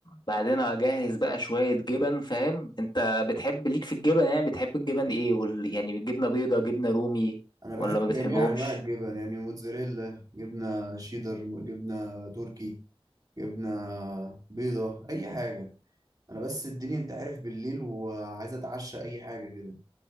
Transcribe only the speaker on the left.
بعدين اجهز بقى شويه جبن فاهم انت بتحب ليك في الجبن يعني بتحب الجبن ايه وال... يعني جبنه بيضه جبنه رومي
ولا ما بتحبهمش